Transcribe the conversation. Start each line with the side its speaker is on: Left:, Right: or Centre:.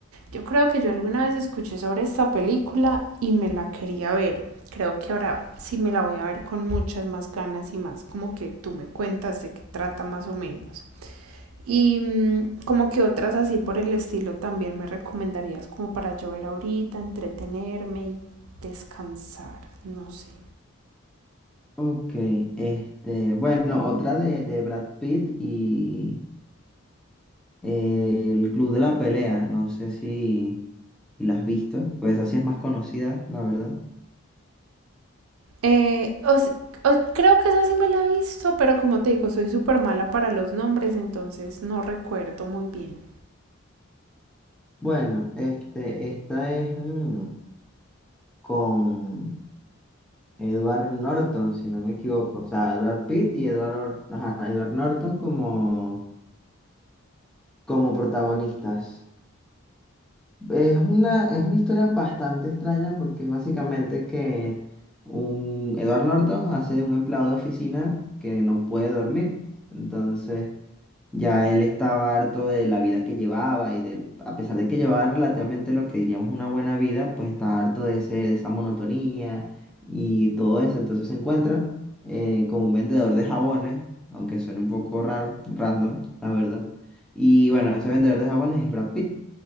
Right: yo creo que yo alguna vez escuché sobre esta película y me la quería ver. Creo que ahora sí me la voy a ver con muchas más ganas y más como que tú me cuentas de qué trata más o menos. Y mm, como que otras así por el estilo también me recomendarías como para yo ver ahorita, entretenerme y descansar, no sé.
Centre: Ok, este, bueno, otra de, de Brad Pitt y eh, el Club de la Pelea, no sé si, si la has visto, pues así es más conocida, la verdad.
Right: Eh, o s- creo que esa sí me la he visto, pero como te digo, soy súper mala para los nombres, entonces no recuerdo muy bien.
Centre: Bueno, este, esta es mm, con Edward Norton, si no me equivoco, o sea, Brad Pitt y Edward, Or- ajá, Edward Norton como, como protagonistas. Es una, es una historia bastante extraña porque es básicamente que un Edward Norton hace de un empleado de oficina que no puede dormir. Entonces, ya él estaba harto de la vida que llevaba y de, a pesar de que llevaba relativamente lo que diríamos una buena vida, pues estaba harto de ese, de esa monotonía y todo eso. Entonces se encuentra eh, con un vendedor de jabones, aunque suene un poco raro, random, la verdad. Y bueno, ese vendedor de jabones es Brad Pitt.